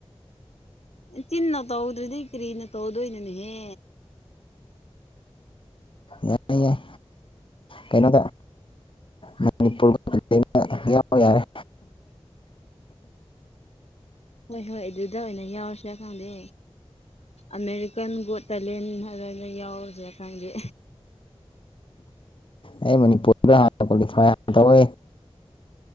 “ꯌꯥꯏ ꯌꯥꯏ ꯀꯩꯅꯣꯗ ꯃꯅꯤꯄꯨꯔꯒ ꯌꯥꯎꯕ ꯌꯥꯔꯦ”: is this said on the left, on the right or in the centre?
Left